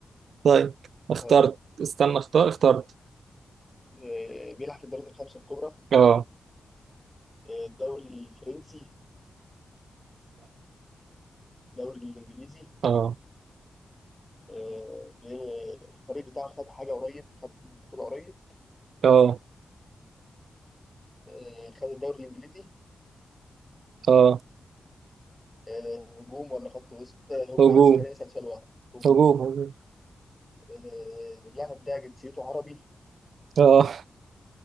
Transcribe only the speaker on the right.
طيب اخترت
استنى اختار اخترت
اه
اه
اه
اه
هجوم
هجوم هجوم
اه